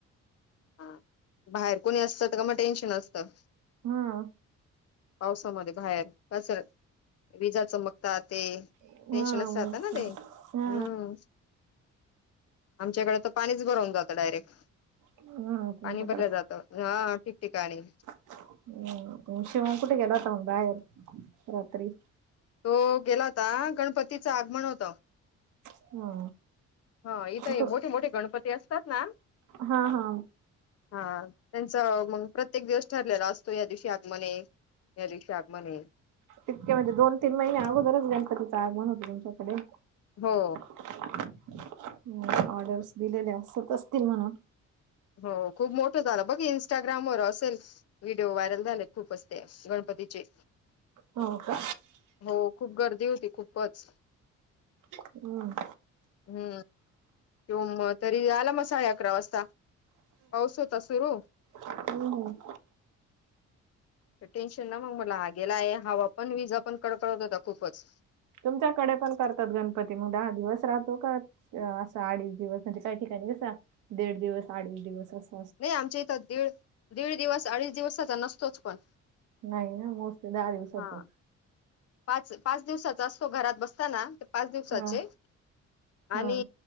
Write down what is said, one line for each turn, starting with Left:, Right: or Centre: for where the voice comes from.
Left: हा, बाहेर कोणी असत तर का मग टेंशन असतं.
Right: हा.
Left: पावसामध्ये बाहेर कसर विजा चमकत ते,
Right: हा
Left: टेन्शनच राहात
Right: मग
Left: ना ते,
Right: हा
Left: हम्म. आमच्याकडे तर पाणीच भरवून जातं डायरेक्ट.
Right: हा तुमच्याकडे
Left: पाणी भरलं जातं हा ठिकठिकाणी.
Right: <unintelligible> बाहेर रात्री.
Left: तो गेला होता गणपतीचं आगमन होत.
Right: हा.
Left: हा इथ
Right: तो
Left: मोठे मोठे गणपती असतात ना.
Right: हा हा
Left: हा, त्यांच मग प्रत्येक दिवस ठरलेल असतो या दिवशी आगमनये. या दिवशी आगमनये.
Right: इतके म्हणजे दोन तीन महिने अगोदरच गणपतीचं आगमन होत तुमच्याकडे.
Left: हो.
Right: हम ऑर्डर्स दिलेले असत असतील म्हणून.
Left: हो खूप मोठं झालं बघ इंस्टाग्रामवर असेल. व्हिडिओ व्हायरल झालेत खूपचते गणपतीचे.
Right: हो का
Left: हो खूप गर्दी होती खूपच.
Right: हम्.
Left: हम्म, त्यो म तरी आला म सडेअकरा वाजता. पाऊस होता सुरू.
Right: हम्.
Left: टेन्शन ना मग मला हा गेला आहे हवा पण वीज पण कडकळवत होता खूपच
Right: तुमच्याकडे पण करतात गणपती मग दहा दिवस राहतो का? असं अडीच दिवस म्हणजे काही ठिकाणी कसा, दीड दिवस अडीच दिवस अस.
Left: नाही आमच्या इथं दीड दीड दिवस, अडीच दिवस नसतोच पण.
Right: नाही ना मोस्टली दहा दिवसाचच.
Left: हा पाच पाच दिवसाचा असतो घरात बसताना ते पाच दिवसाचे.
Right: हा हा
Left: आणि